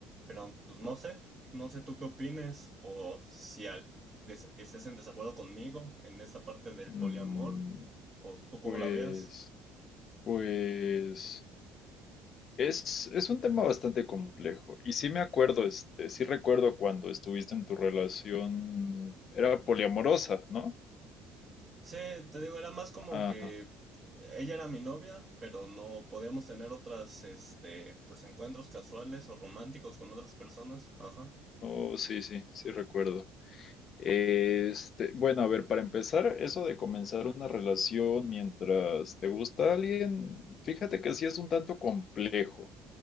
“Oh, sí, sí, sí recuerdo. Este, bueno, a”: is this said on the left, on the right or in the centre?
Left